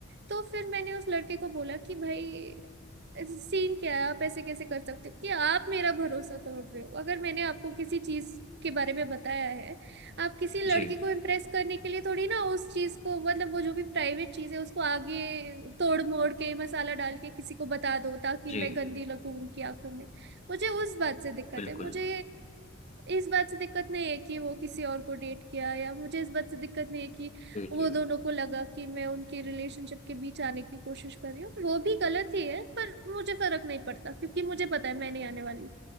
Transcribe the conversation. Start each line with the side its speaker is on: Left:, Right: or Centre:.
Right: तो फिर मैंने उस लड़के को बोला कि भाई ऐसे सीन क्या है आप ऐसे कैसे कर सकते हो कि आप मेरा भरोसा तोड़ रहे हो अगर मैंने आपको किसी चीज के बारे में बताया है आप किसी लड़की
Left: जी
Right: को इम्प्रेस करने के लिए थोड़ी ना उस चीज को मतलब वो जो भी प्राइवेट चीज है उसको आगे तोड़ मोड़ के मसाला डाल के किसी को बता दो ताकि
Left: जी
Right: मैं गंदी लगूं उनकी आंखों में मुझे उस बात से दिक्कत
Left: बिल्कुल
Right: है मुझे इस बात से दिक्कत नहीं है कि वो किसी और को डेट किया या मुझे इस बात से दिक्कत नहीं है कि
Left: जी
Right: वो
Left: जी
Right: दोनों को लगा कि मैं उनके रिलेशनशिप के बीच आने की कोशिश कर रही हूँ वो भी गलत ही है पर मुझे फर्क नहीं पड़ता क्योंकि मुझे पता है मैं नहीं आने वाली